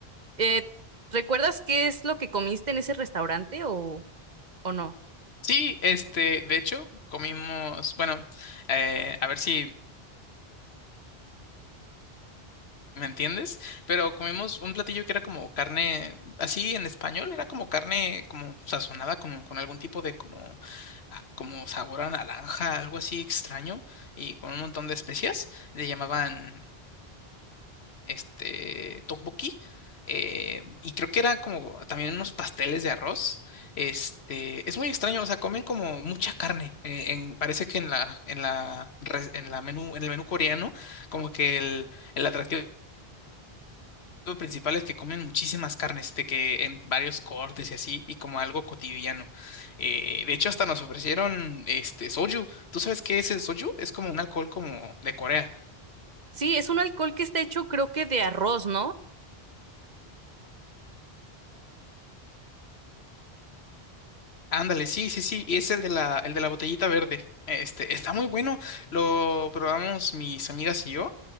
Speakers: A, on the right; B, on the left.
A: Eh, ¿recuerdas qué es lo que comiste en ese restaurante o, o no?
B: Sí, este, de hecho, comimos, bueno, eh, a ver si ¿Me entiendes? Pero comimos un platillo que era como carne, así en español, era como carne como sazonada, como con algún tipo de como, ah, como sabor a naranja, algo así extraño, y con un montón de especias. Le llamaban este tteokbokki. eh, y creo que era como también unos pasteles de arroz. Este, es muy extraño, o sea, comen como mucha carne. eh, en- parece que en la, en la, res- en la menú, en el menú coreano, como que el el atractivo lo principal es que comen muchísimas carnes, de que en varios cortes y así, y como algo cotidiano. Eh, de hecho, hasta nos ofrecieron este soju. ¿Tú sabes qué es el soju? Es como un alcohol como de Corea.
A: Sí, es un alcohol que está hecho creo que de arroz, ¿no?
B: Ándale, sí, sí, sí. Y es el de la, el de la botellita verde. Este, está muy bueno. Lo probamos mis amigas y yo,